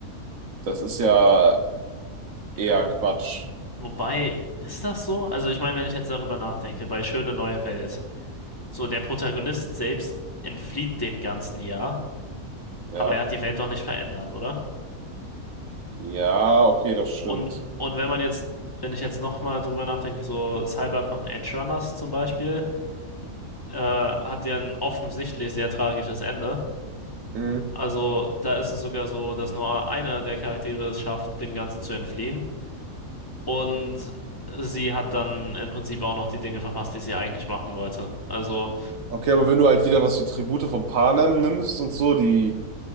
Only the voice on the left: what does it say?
Ja, wo,
Wobei, ist das so? Also ich meine, wenn ich jetzt darüber nachdenke, bei Schöne neue Welt, so der Protagonist selbst entflieht dem Ganzen ja,
aber er hat die Welt doch nicht verändert, oder?
Und, und wenn man jetzt, wenn ich jetzt nochmal drüber nachdenke, so Cyberpunk Edge Runners zum Beispiel, äh, hat ja ein offensichtlich sehr tragisches Ende.
Also da ist es sogar so, dass nur einer der Charaktere es schafft, dem Ganzen zu entfliehen. Und sie hat dann im Prinzip auch noch die Dinge verpasst, die sie eigentlich machen wollte. Also.